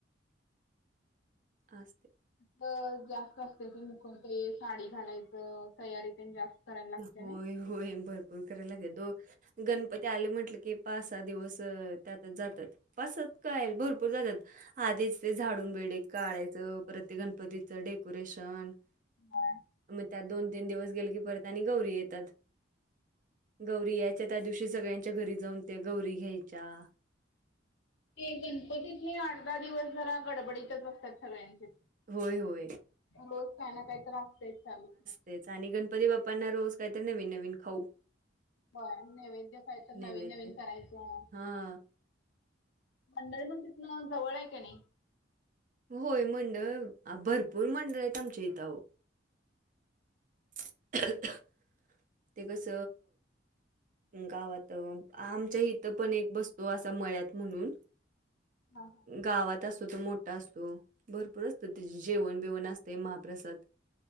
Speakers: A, on the right; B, on the left.
A: असतंय.
B: त जास्त असत्यात ते मुकळते साडी घालायचं तयारी ते जास्त. करायला लागते
A: होय
B: ना.
A: होय भरपूर करायला लागेल दो गणपती आले म्हटलं की पाच सहा दिवस त्यातच जातात. पाच सात
B: होय.
A: काय भरपूर जातात. आधीच ते झाडून बेडे काढायचं प्रत्यक गणपतीचं डेकोरेशन. मग
B: होय.
A: त्यात दोन तीन दिवस गेले की परत आणि गौरी येतात. गौरी यायच्या त्या दिवशी सगळ्यांच्या घरी जाऊन ते गौरी घ्यायच्या.
B: ते गणपतीतले अठ दहा दिवस जरा गडबडीतच असतात सगळ्यांचे.
A: होय, होय.
B: रोज काही ना काही तर असतय चालू.
A: तेच आणि गणपती बाप्पांना रोज काहीतरी नवीन नवीन खाऊ.
B: होय नैवेद्य का तरी
A: नैवेद्य.
B: नवीन नवीन करायचं.
A: हां.
B: मंडळ मग तिथन जवळ आहे क नाही.
A: होय मंडळ अ भरपूर मंडळ आहेत आमच्या इथं अहो. <inaudible> ते कस गावात आमच्या इ इथं पण एक बसतो असा मळ्यात म्हणून.
B: हा हा.
A: गावात असतो तो मोठा असतो भरपूर असतो त्या जेवण बेवण असतेंय महाप्रसाद.